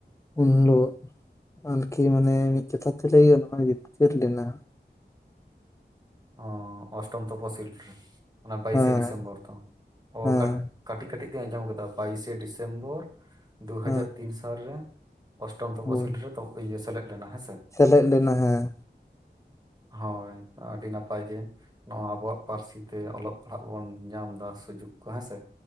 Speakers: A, on the left; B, on the right.
A: ᱩᱱᱤᱞᱳᱜ᱾ ᱟᱨᱠᱤ ᱢᱟᱱᱮ ᱢᱤᱫ ᱠᱟᱛᱷᱟ ᱛᱮ ᱞᱟᱹᱭ ᱜᱟᱱᱚᱜᱟ ᱡᱮ ᱡᱤᱛᱠᱟᱹᱨ ᱞᱮᱱᱟ᱾
B: ᱚ ᱚᱥᱴᱚᱢ ᱛᱚᱯᱚ ᱥᱤᱞ ᱨᱮ ᱚᱱᱟ ᱵᱟᱭᱤᱥᱮ
A: ᱦᱮᱸ
B: ᱰᱤᱥᱮᱢᱵᱚᱨ ᱛᱚ ᱚᱠᱟᱴ
A: ᱦᱮᱸ
B: ᱠᱟᱹᱴᱤᱡ ᱠᱟᱹᱴᱤᱡ ᱛᱤᱧ ᱟᱸᱡᱚᱢ ᱟᱠᱟᱫᱟ᱾ ᱵᱟᱭᱤᱥᱮ ᱰᱤᱥᱮᱢᱵᱚᱨ ᱫᱩ ᱦᱟᱡᱟᱨ
A: ᱦᱮᱸ
B: ᱛᱤᱱ ᱥᱟᱞᱨᱮ᱾ ᱚᱥᱴᱚᱢ ᱛᱚᱯᱚᱥᱤᱞ
A: ᱦᱳᱭ
B: ᱨᱮ ᱛᱚ ᱤᱭᱟᱹ ᱥᱮᱞᱮᱫ ᱞᱮᱱᱟ ᱦᱮᱸᱥᱮ?
A: ᱥᱮᱞᱮᱫ ᱞᱮᱱᱟ ᱦᱮᱸ᱾
B: ᱦᱳᱭ ᱟᱹᱰᱤ ᱱᱟᱞ ᱱᱟᱯᱟᱭ ᱜᱮ ᱱᱚᱣᱟ ᱟᱵᱚᱣᱟᱜ ᱯᱟᱹᱨᱥᱤ ᱛᱮ ᱚᱞᱚᱜ ᱯᱟᱲᱦᱟᱜ ᱵᱚᱱ ᱧᱟᱢ ᱮᱫᱟ᱾ ᱥᱩᱡᱳᱜᱽ ᱠᱚ ᱦᱮᱸᱥᱮ᱾